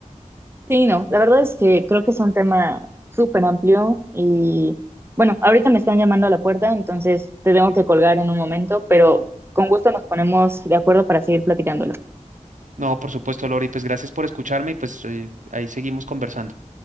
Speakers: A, on the right; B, on the right.
A: Sí, no, la verdad es que creo que es un tema súper amplio y bueno, ahorita me están llamando a la puerta, entonces te tengo que colgar en un momento, pero con gusto nos ponemos de acuerdo para seguir platicándolo.
B: No, por supuesto, Lori, pues gracias por escucharme y pues eh, ahí seguimos conversando.